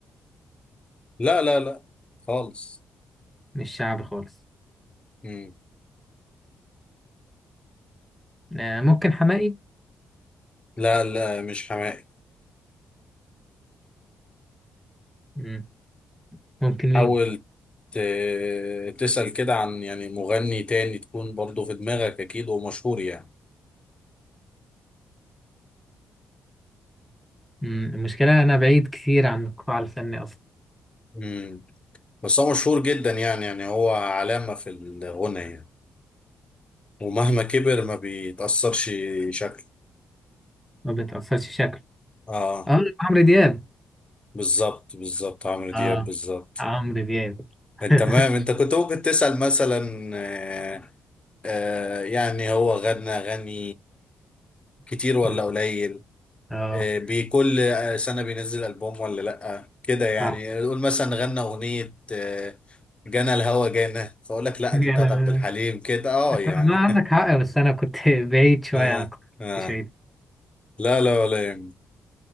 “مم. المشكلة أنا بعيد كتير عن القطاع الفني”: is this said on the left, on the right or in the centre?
Centre